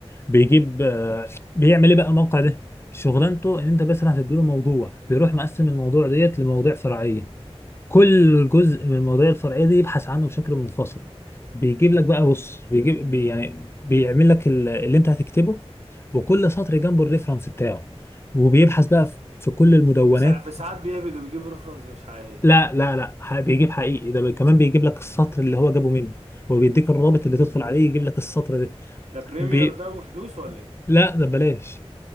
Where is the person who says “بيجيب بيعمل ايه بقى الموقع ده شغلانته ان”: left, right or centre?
Left